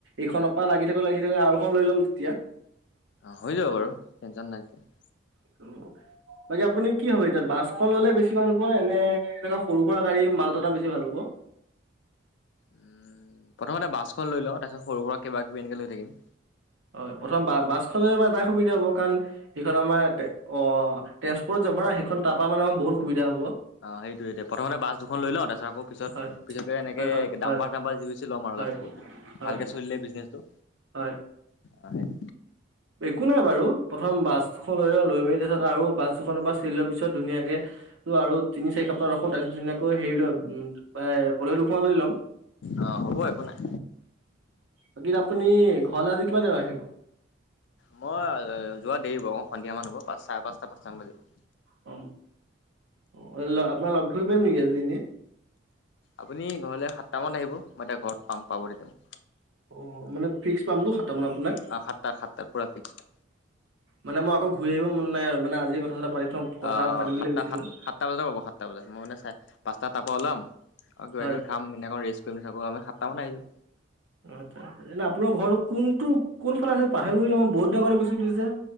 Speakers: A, on the right; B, on the left.
A: এইখন বা লাগি থাকোঁ লাগি থাকোঁ আৰু এখন লৈ ল'ম তেতিয়া।
B: হৈ যাব বাৰু তেনচন নাই তেতিয়া।
A: টো বাকী আপুনি কি হ'ব এতিয়া বাছখন ল'লে বেছি ভাল হ'ব এনে সৰু সুৰা গাড়ী মালতা বেছি ভাল হ'ব।
B: উম প্ৰথমতে বাছখন লৈ লওঁ তাৰপিছত সৰু সুৰা কিবা কিবি এনেকে লৈ থাকিম।
A: হয় প্ৰথম বা বাছখনলৈ আমাৰ এটাই সুবিধা হ'ব কাৰণ সেইখন আমাৰ অ ট্ৰেন্সপৰ্টত যাব না সেইখন তাপা মানে আমাৰ বহুত সুবিধা হব।
B: অ সেইটোৱে প্ৰথমতে বাছ দুখন লৈ লওঁ তাৰপিছত আকৌ তাৰপিছত।
A: হয়
B: পিছতকে এনেকে
A: হয় হয় হয়
B: ডাম্পাৰ চাম্পাৰ জি চিপি লম আও
A: হয়
B: লাষ্টত গৈ পেলাই
A: হয়
B: ভালকে চলিলে বিজনেচটো
A: হয়
B: হয়
A: একো নাই বাৰু প্ৰথম বাছখন লৈ লও লৈ মেলি তাৰপিছত আৰু বাছ দুখনৰ পৰা চলি লোৱাৰ পিছত ধুনীয়াকে। ত' আৰু তিনি চাৰি সপ্তাহ ৰখো তাৰপিছত ধুনীয়াকৈ হেৰি লম এ বলেৰো দুখন লৈ ল'ম।
B: অ হ'ব একো নাই।
A: বাকী আপুনি ঘৰলে আজি কিমান টাইমত আহিব।
B: মই যোৱা দেৰি হব মোৰ সন্ধিয়া মান হ'ব। পাঁ চাৰে পাঁচটা পাঁচটান বাজিব।
A: অ অ আপোনাক লগ ধৰিব পাৰিম নেকি আজি এনেই
B: আপুনি ঘৰলে সাতটামানত আহিব মই তেতিয়া ঘৰত পাম পাব তেতিয়া মোক
A: অহ মানে ফিক্স পামতো সাতটামানত আপোনাক
B: অহ সাতটা সাতটাত পুৰা ফিক্স
A: মানে মই আকৌ ঘূৰি আহিব মন নাই আৰু মানে আজিয়ে কথা চথা পাতি থওঁ কথা
B: আহ
A: পাতিম
B: সাতটা
A: বুলি ভাবিছিলোঁ
B: সাত সাতটা বজাত পাব সাতটা বজাত মই মানে চাই পাঁচটাৰ তাৰ পৰা ওলাম আৰু কিবা
A: হয়
B: কিবি খাম মানে ৰেষ্ট কৰি থাকো আপুনি সাতটামানত আহি যাব
A: আচ্ছা আচ্ছা এনে আপোনাৰ ঘৰ কোনটো কোন ফালে আছিল পাহৰি গলো মই বহুত দিনৰ আগতে গৈছিলো যে